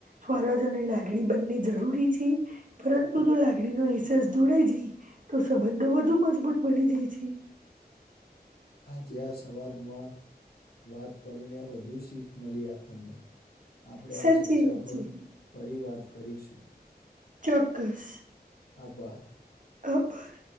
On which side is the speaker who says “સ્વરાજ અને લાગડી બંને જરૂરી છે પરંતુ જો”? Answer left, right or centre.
Right